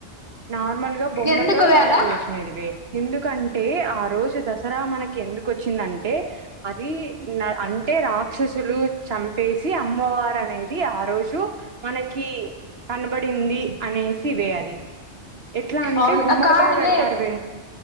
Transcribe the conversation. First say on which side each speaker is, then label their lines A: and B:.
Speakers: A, on the right (about 60°); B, on the left (about 45°).
A: నార్మల్ గా బొమ్మలలో
B: ఎందుకు వే
A: తయారు
B: అలా
A: చేసినదివి ఎందుకంటే ఆ రోజు దసరా మనకి ఎందుకు వచ్చిందంటే అది న అంటే టే రాక్షసులు చంపేసి అమ్మవార అనేది ది ఆ రోజు మనకి కనబడింది అనేసి ఇవే అది ఎట్లా అంటే
B: అవును
A: గుమ్మడికాయ
B: కానివ
A: పెడతారు వే